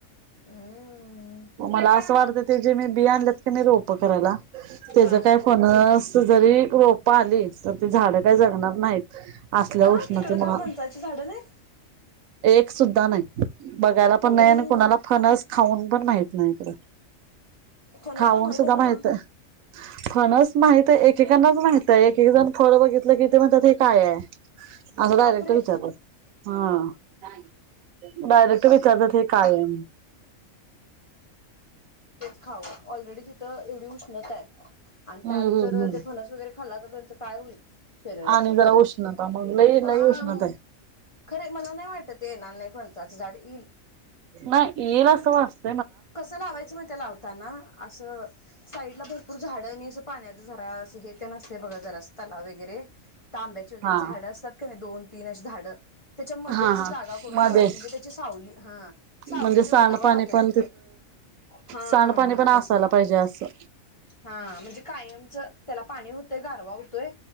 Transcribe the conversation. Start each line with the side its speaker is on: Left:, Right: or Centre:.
Left: हम्म
Right: मला असं वाटत ते, जे, मी बि, आणलंत का नई रोपं करायला. त्याच
Left: हा हम्म
Right: काय फणस जरी रोप आली. झाड काय जगणार नाहीत, असल्या
Left: का
Right: उष्णते
Left: तिकडं का
Right: मुळ.
Left: फणसाची झाडं नाही
Right: एक सुद्धा नाही, बघायला
Left: अव्वा
Right: पण नाही. आणि कोणाला फनस खाऊन पण माहित नाही ईकडें.
Left: फणस
Right: खाऊन
Left: तर
Right: सुद्धा
Left: आहे ना
Right: माहित
Left: व
Right: फंणस माहित आहे. एकेकाणाच माहित आहे एकेकजण फळ बघितलं की ते म्हणत ते हे काय आहे. असं डायरेक्ट
Left: बापरे
Right: विचारलं, हा. डायरेक्ट विचारतात हे काय आहे?
Left: खाऊ ऑलरेडी तिथं एवढी उष्णता आहे. आणि
Right: हम्म
Left: त्यात जर
Right: हम्म हम्म.
Left: ते फणस वगैरे खाल्ला तर त्यांच काय होईल शरीराच.
Right: आणि जरा उष्णता मग लई
Left: हा
Right: लई उष्णता आहे
Left: खरे मला नाही वाटत. येणार नाही फणसाच झाड येईल.
Right: नाय येईल अस वाटत.
Left: कस लावायचं म लावताना. असं साईडला भरपूर झाड आणि असं पाण्याच झरा असं हे ते असतय बघा जरास तलाव वगैरे तांब्याची वगैरे
Right: हा
Left: झाडं असतात का नाही, दोन तीन अशी झाडं त्याच्यामध्ये
Right: हा
Left: अस
Right: हा.
Left: जागा करून
Right: मध्ये
Left: लावायची म्हणजे, त्याची सावली हा सावली
Right: म्हणजे
Left: आणि
Right: सांडपाणी
Left: ओलावा राहतोय
Right: पण
Left: तिथं. हा
Right: सांडपाणी
Left: हा हा
Right: पण असायला
Left: तसं
Right: पाहिजे, असं.
Left: हा, म्हणजे कायमच त्याला पाणी होत ते गारवा होतोय,